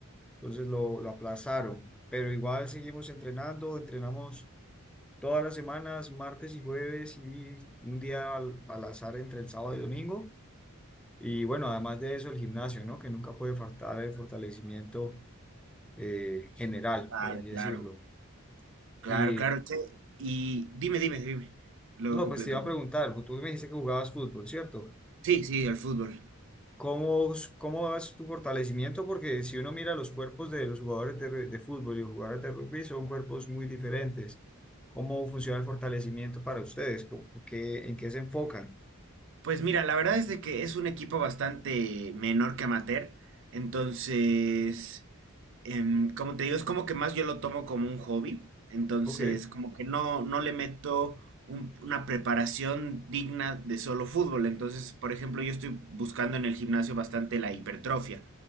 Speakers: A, in the centre; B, on the right.
A: entonces lo, lo aplazaron. Pero igual seguimos entrenando, entrenamos todas las semanas, martes y jueves y un día al, al azar entre el sábado y domingo. Y bueno, además de eso, el gimnasio, ¿no? Que nunca puede faltar el fortalecimiento eh, general,
B: claro,
A: por así decirlo.
B: claro. Claro,
A: Y
B: claro, che. Y dime, dime, dime. Luego
A: no,
B: completo.
A: pues te iba a preguntar, pues, tú me dijiste que jugabas fútbol, ¿cierto?
B: Sí, sí, el fútbol.
A: ¿Cómo, cómo es tu fortalecimiento? Porque si uno mira los cuerpos de los jugadores de, ru- de fútbol y los jugadores de rugby, son cuerpos muy diferentes. ¿Cómo funciona el fortalecimiento para ustedes? ¿Cómo- qué- en qué se enfocan?
B: Pues mira, la verdad es de que es un equipo bastante menor que amateur. Entonces, em, como te digo, es como que más yo lo tomo como un hobby, entonces
A: Ok,
B: como que no, no le meto un- una preparación digna de solo fútbol. Entonces, por ejemplo, yo estoy buscando en el gimnasio bastante la hipertrofia,